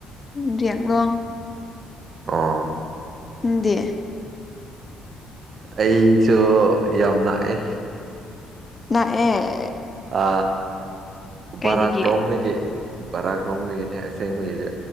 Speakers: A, on the left; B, on the right.
A: ꯎꯗꯤꯌꯥꯒꯣ
B: ꯑꯥ
A: ꯎꯗꯤꯦ
B: ꯑꯩꯁꯨ ꯌꯥꯝ ꯂꯥꯛꯑꯦ
A: ꯅꯛꯑꯦ
B: ꯑ
A: ꯀꯩꯗꯒꯤ
B: ꯚꯔꯥꯛ ꯂꯣꯝꯗꯒꯤ ꯕꯔꯥꯒ ꯂꯣꯝꯒꯅꯦ ꯑꯁꯦꯡꯒꯦꯅ